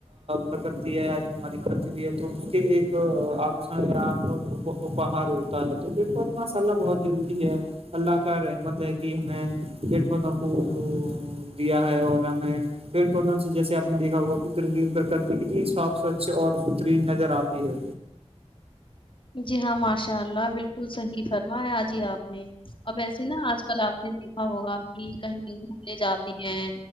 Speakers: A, on the right; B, on the left.
A: پرکرتی ہے یا جو ہماری کرکتی ہے تو اس کے ایک آبوشن ول پہار ہوتا ہے تو پھر بعد مسالہ بہت ضروری ہے اللہ کا رحمت ہے کہ ہمیں ک بتوں کو دیا ہے اور ہمیں پھر پنوں سے جیسے آپ نے دیکھا ہوا پ اتنی صاف سوچھ اور ستری نظر آتی ہے
B: جی ہاں ماشاء اللہ بالکل صحی فرما ہے آجی آپ نے اب و ایسے نا آج کل آپ نے دیکھا ہوگا کہیں گھومنےے جاتے ہیں